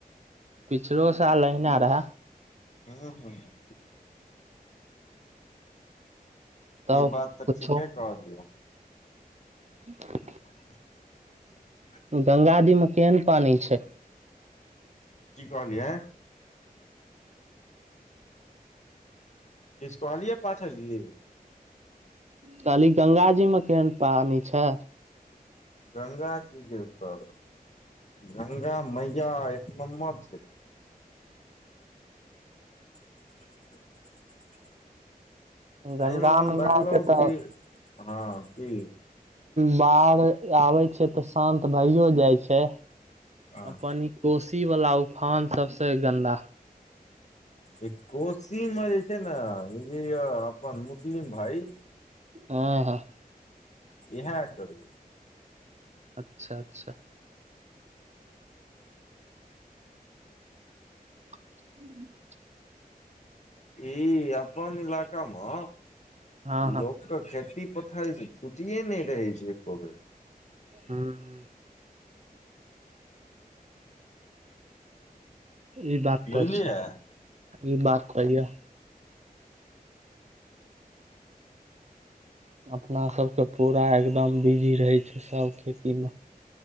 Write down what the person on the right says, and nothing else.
पिछलो साल अहिना रहै।
तब
पुछो
ह
गंगा दी में केहन पानि छैय।
कहलि गंगााजी में केहन पानि छैई।
गंगा
मैया
के तऽ
बाढ़ आबै छै तऽ शान्त भइयो जाइ छै
अपन कोशी वाला उफान सबस गन्दा।
ह ह।
अच्छा अच्छा। ह <inaudible>
हँ
हँ
हँ। ई बात
तऽ छै ई बात त ये। अपनासभके पूरा एकदम बिजी रहै छै सभ खेतीमे।